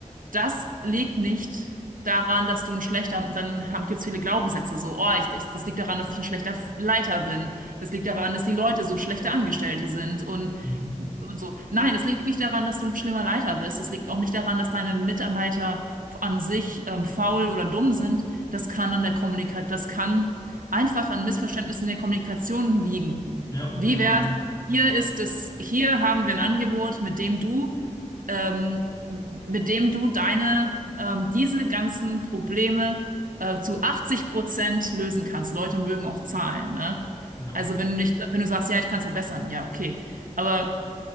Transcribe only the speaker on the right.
Das liegt nicht daran, dass du ein schlechter, dann haben, gibt's viele Glaubenssätze so, oh, ich, ich, das liegt daran, dass ich ein schlechter Leiter bin. Das liegt daran, dass die Leute so schlechte Angestellte sind und,
und so. Nein, das liegt nicht daran, dass du ein schlimmer Leiter bist. Das liegt auch nicht daran, dass deine Mitarbeiter an sich ähm, faul oder dumm sind. Das kann an der Kommunikation, das kann einfach an Missverständnissen in der Kommunikation liegen.
Wie
wär's? Hier ist es, hier haben wir ein Angebot, mit dem du ähm, mit dem du deine, ähm, diese ganzen Probleme äh, zu 80 Prozent lösen kannst. Leute mögen auch Zahlen, ne?
Also wenn du nicht, wenn du sagst, ja, ich kann es verbessern, ja, okay. Aber